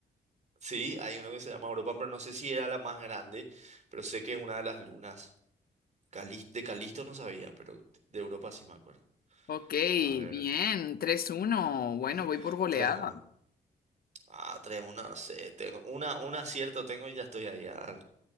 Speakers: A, on the right (about 45°); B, on the left (about 60°).
A: Sí, hay uno que se llama Europa, pero no sé si era la más grande, pero sé que es una de las lunas. Calis- de Calisto no sabía, pero de Europa sí me acuerdo.
B: Ok,
A: A ver,
B: bien, tres uno. Bueno,
A: eh,
B: voy por goleada.
A: 3 a 1. Ah, tres a 1, no sé. Tengo una, un acierto tengo y ya estoy ahí, al-